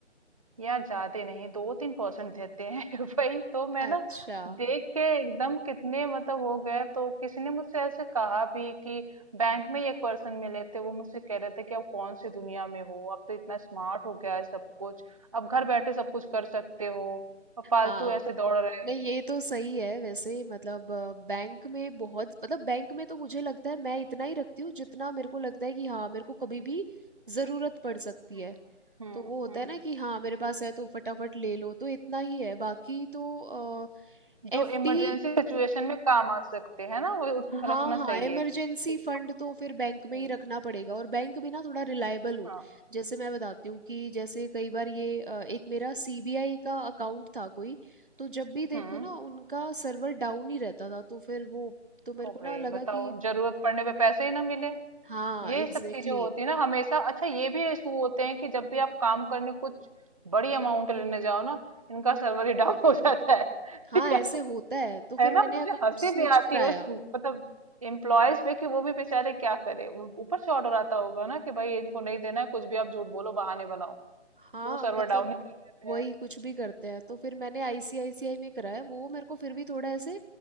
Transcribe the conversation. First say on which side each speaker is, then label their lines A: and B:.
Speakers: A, on the right; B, on the right.
A: यार ज्यादा नहीं दो तीन परसेंट देते हैं <laughs> वही तो मैं
B: अच्छा
A: ना देख के एकदम कितने मतलब हो गए तो किसी ने मुझसे ऐसे कहा भी कि बैंक में ही एक पर्सन मिले थे वो मुझसे कह रहे थे कि आप कौन सी दुनिया में हो अब तो इतना स्मार्ट हो गया है सब कुछ अब घर बैठे सब कुछ कर सकते हो और फालतू
B: हाँ
A: ऐसे दौड़ रहे
B: नहीं
A: हो
B: ये तो सही है वैसे मतलब अ, बैंक में बहुत मतलब बैंक में तो मुझे लगता है मैं इतना ही रखती हूँ जितना मेरे को लगता है कि हाँ मेरे को कभी भी जरूरत पड़ सकती
A: हम्म
B: है
A: हम्म
B: तो वो होता
A: हम्म
B: है ना कि हाँ मेरे पास है तो फटाफट ले लो तो इतना ही है बाकी तो
A: जो
B: एफडी
A: इमरजेंसी सिचुएशन में काम आ सकते हैं ना वो उतना
B: हाँ
A: रखना
B: हाँ
A: सही
B: इमरजेंसी
A: है कि आपको-
B: फंड तो फिर बैंक में
A: हम्म
B: ही रखना पड़ेगा और बैंक भी ना थोड़ा रिलायबल हो
A: हाँ
B: जैसे मैं बताती हूँ कि जैसे कई बार ये अ, एक मेरा सीबीआई का अकाउंट था कोई तो जब भी देखो
A: हम्म
B: ना उनका सर्वर डाउन ही रहता था तो फिर वो तो मेरे
A: ओ
B: को ना
A: भाई
B: लगा
A: बताओ
B: कि
A: जरूरत पड़ने पे पैसे ही ना मिले
B: हाँ
A: यही
B: एग्जैक्टली
A: सब चीजें होती
B: exactly,
A: है ना हमेशा अच्छा ये भी इशू होते हैं कि जब भी आप काम करने कुछ बड़ी अमाउंट लेने जाओ ना इनका सर्वर ही <laughs> डाउन हो जाता है
B: हाँ
A: <laughs>
B: ऐसे होता है तो
A: है
B: फिर मैंने
A: ना मुझे
B: अकाउंट
A: हंसी
B: स्विच
A: भी आती
B: कराया
A: है उस मतलब एम्प्लॉयज पे कि वो भी बेचारे क्या करे ऊ- ऊपर से ऑर्डर आता होगा ना कि भाई इनको नहीं देना है कुछ भी आप झूठ बोलो बहाने बनाओ
B: हाँ
A: तो वो सर्वर
B: मतलब
A: डाउन ही कर देते
B: वही
A: हैं
B: कुछ भी करते हैं तो फिर मैंने आईसीआईसीआई में कराया वो मेरे को फिर भी थोड़ा ऐसे